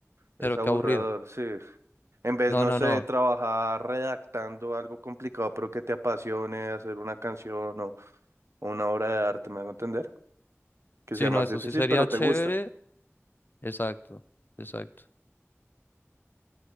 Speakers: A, on the right (about 70°); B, on the left (about 45°).
A: Es
B: Pero
A: aburridor,
B: qué aburrido.
A: sí. En vez,
B: No,
A: no
B: no,
A: sé,
B: no.
A: de trabajar redactando algo complicado, pero que te apasione, hacer una canción o, o una obra de arte, me hago entender. Que
B: Sí,
A: sea más
B: no, eso
A: difícil,
B: sí sería
A: pero
B: chévere.
A: te gusta.
B: Exacto, exacto.